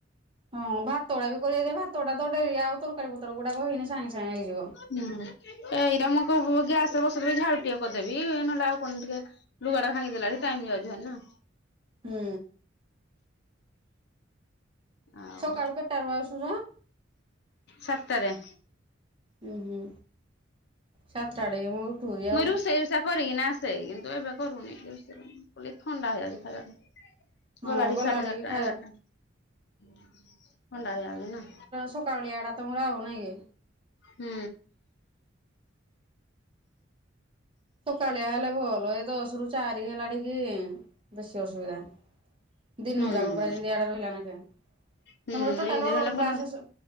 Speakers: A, on the right; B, on the left.
A: ହଁ, ଭାତ ଗୁାଡା ବି କରବେ ଯେ ଭାତ ଗୁଡା ତ ଡେରି ଆଉ ତରକାରୀ ପତର ଗୁଡାକ ହେଇନେ ସାଙ୍ଗେ ସାଙ୍ଗେ ହେଇଯିବ।
B: ହୁଁ, ତ ଏଇରାକ ମୁଁ କ ଗ୍ୟାସ ରେ ବସେଇଦେଲେ ଝଅଟି ଟିକେ କରିଦେବି ନହେଲେ ଆଉ କଣ ଟିକେ। ଲୁଗାଟା ଭାଙ୍ଗିଦେଲା ବି ଟାଇମ ଯାଉଛି ଭାରି ନା।
A: ହୁଁ।
B: ଆଉ
A: ସକାଳୁ କେତେଟାରୁ ଆସୁଛ?
B: ସତରେ।
A: ଉଁ ହୁଁ ‌ସାତ ଟା ଠେ କଁ ଉଠୁଚି କି
B: ମୁଇଁ
A: ଆଉ।
B: ରୋଷେଇ ରୁଷା କରିକିନା ଆସେ କିନ୍ତୁ ଏବେ କରୁନି ରୋଷେର କରୁନି ମୁଁ କହିଲି ଥଣ୍ଡା ହେଇଯାଉଛି ଖାଇଲାଠୁ।
A: ହଁ
B: ଗଲାଢି
A: ଗଲା
B: ସାଢେ ଏଗାରଟା
A: ଟିକେ ଖାଇ
B: ଏଗାରଟା
A: ହୁଁ
B: ଥଣ୍ଡା ହେଇଯାଉଛି ନା।
A: ସକା‌ ଓଳିଆ ଟା ତୁମର ଆଉ ନାଇଁ କି।
B: ହୁଁ।
A: ସକାଳିଆ ହେଲେ ଭଲ। ଏ ଦଶ ରୁ ଚାରି ହେଲା ଟିକି ବେଶୀ ଅସୁବିଧା। ଦିନ
B: ହୁଁ
A: ଯାକ ପୁରା ଯେମତି ଇଆଡେ ରହିଲା ନେଖେ
B: ହୁଁ
A: ତମର ଟୋଟାଲ
B: ଏମିତି ରହିଲେ
A: ଅଲ୍
B: ଭଲ
A: କ୍ଲାସ ସେ